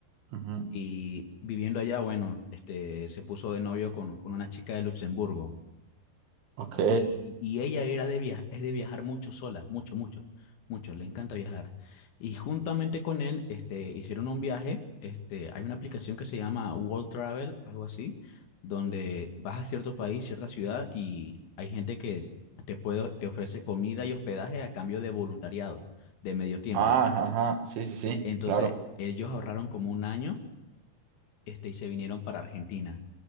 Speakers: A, on the right; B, on the left.
A: ujú.
B: Y viviendo allá, bueno, este, se puso de novio con, con una chica de Luxemburgo.
A: Ok.
B: Y, y ella era de viajar, es de viajar mucho sola, mucho, mucho, mucho, le encanta viajar. Y juntamente con él, este, hicieron un viaje, este, hay una aplicación que se llama World Travel, algo así, donde vas a cierto país, cierta ciudad y hay gente que te puede, te ofrece comida y hospedaje a cambio de voluntariado, de medio tiempo.
A: Ah, ajá. Sí, sí, sí,
B: Entonces,
A: claro.
B: ellos ahorraron como un año este, y se vinieron para Argentina.